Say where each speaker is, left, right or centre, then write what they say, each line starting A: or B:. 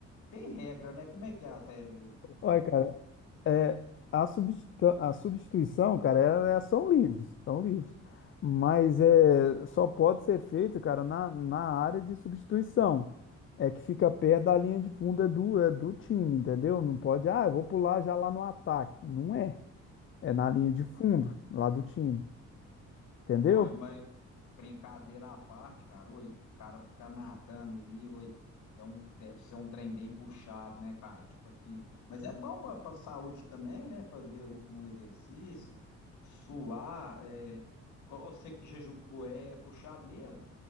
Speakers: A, on the left; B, on the left.
A: Tem regra, né? Como é que é as regras aí?
B: Olha, cara. É, a, substitu- a substituição, cara, é, é- são livres, são livres. Mas é, só pode ser feito, cara, na, na área de substituição. É que fica perto da linha de fundo é do, é do time, entendeu? Não pode, ah, eu vou pular já lá no ataque. Não é. É na linha de fundo, lá do time, entendeu?
A: Oi, mas Brincadeira à parte, cara, oi, o cara ficar nadando ali, oi, é um, deve ser um trem bem puxado, né, cara? Tipo assim, mas é bom pra, pra saúde também, né? Fazer um exercício, suar, é, igual você que já julgou, é, é puxado mesmo?